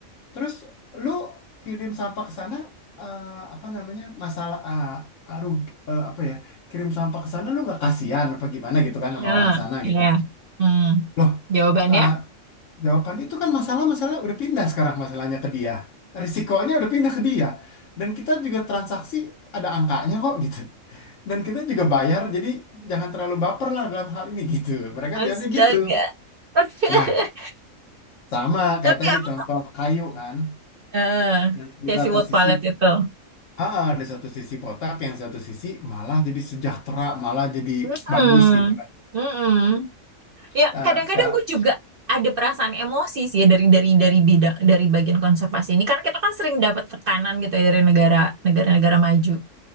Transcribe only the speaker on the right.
mm,
Iya.
Mm.
Jawabannya?
Astaga.
<laughs>
Tapi
emang
eh
Casey
World
Palette itu.
Mm-mm.
Mm-mm. Ya,
kadang-kadang
gue juga ada perasaan emosi sih ya dari dari dari bidang dari bagian konservasi ini karena kita kan sering dapat tekanan gitu ya dari negara negara-negara maju.